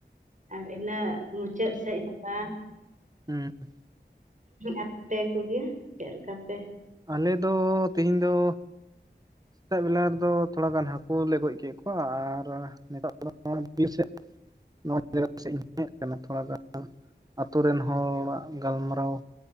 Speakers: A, on the right (about 45°); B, on the right (about 20°).
A: ᱟᱨ ᱤᱱᱟᱹᱜ ᱢᱩᱪᱟᱹᱫ ᱥᱮᱡ ᱦᱚᱸ ᱵᱟᱝ
B: ᱦᱮᱸ <unintelligible>
A: ᱟᱯᱮ ᱠᱚᱜᱮ ᱪᱮᱫ ᱞᱮᱠᱟ ᱯᱮ
B: ᱟᱞᱮ ᱫᱚ ᱛᱤᱦᱤᱧ ᱫᱚ
A: <unintelligible>
B: ᱥᱮᱛᱟᱜ ᱵᱮᱞᱟ ᱨᱮᱫᱚ ᱛᱷᱚᱲᱟ ᱜᱟᱱ ᱦᱟᱹᱠᱩ ᱞᱮ ᱜᱚᱡ ᱠᱮᱫ ᱠᱚᱣᱟ ᱟᱨ ᱱᱤᱛᱟᱨ ᱫᱚ ᱵᱤᱨ ᱥᱮᱫ ᱱᱚᱣᱟ <inaudible> ᱥᱮᱫ ᱤᱧ ᱦᱮᱡ ᱟᱠᱟᱱᱟ ᱛᱷᱚᱲᱟ ᱜᱟᱱ ᱟᱛᱳ ᱨᱮᱱ ᱦᱚᱲᱟᱜ ᱜᱟᱞᱢᱟᱨᱟᱣ